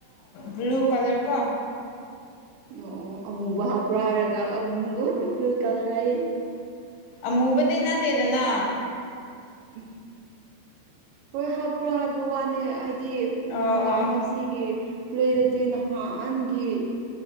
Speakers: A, on the left; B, on the right.
A: ꯕ꯭ꯂꯨ ꯀꯂꯔ ꯀꯣ
B: ꯑꯣ ꯑꯃꯨꯕ ꯍꯥꯞꯄ꯭ꯔꯥ ꯍꯥꯏꯔꯒ ꯑꯃꯨ ꯕ꯭ꯂꯨ ꯀꯂꯔ ꯍꯥꯏꯌꯦ
A: ꯑꯃꯨꯕꯗꯤ ꯅꯠꯇꯦꯗꯅ
B: ꯎ ꯍꯣꯏ ꯍꯥꯞꯄ꯭ꯔꯥ ꯍꯥꯏꯕ ꯋꯥꯅꯦ ꯍꯥꯏꯗꯤ
A: ꯑꯣ
B: ꯎꯝ
A: ꯑꯣ
B: ꯉꯁꯤꯒꯤ ꯄꯂꯦꯗꯨꯗꯤ ꯅꯍꯥꯟꯒꯤ